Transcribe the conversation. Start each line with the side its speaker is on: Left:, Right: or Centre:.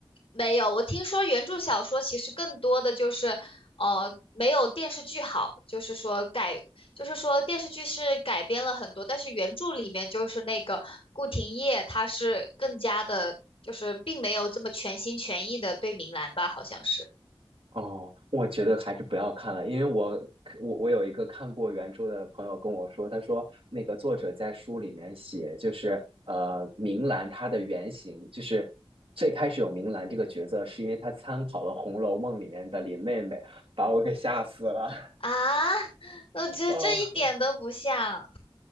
Left: 没有，我听说原著小说其实更多的就是，呃，没有电视剧好，就是说改，就是说电视剧是改编了很多，但是原著里面就是那个顾廷烨，他是更加的，就是并没有这么全心全意的对明兰吧，好像是
Right: 哦，我觉得还是不要看了，因为我我我有一个看过原著的朋友跟我说，他说那个作者在书里面写，就是呃，明兰她的原型，就是最开始有明兰这个角色，是因为她参考了《红楼梦》里面的林妹妹，把我给吓死了。<laughs>
Left: 啊，<laughs> 我觉得这一点都不像。
Right: 啊！